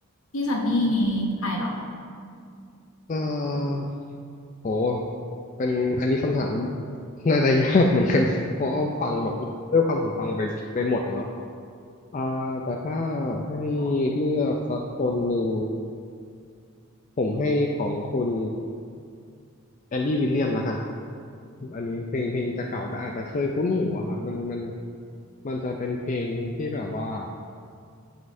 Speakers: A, on the left; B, on the left.
A: พี่ซันนี่นี่ใครเหรอ
B: เอ่อโหเป็นอันนี้คำถามน่าจะยากเหมือนกัน <laughs> เพราะว่าฟังแบบด้วยความผมฟังไปไปหมดอ่ะเนาะอ่าแต่ถ้าให้เลือกสักคนหนึ่งผมให้ของคุณแอนดี้วิลเลียมแล้วกันอันนี้เพลงเพลงจะเก่าแต่อาจจะเคยคุ้นหูอะครับมันมันมันจะเป็นเพลงที่แบบว่า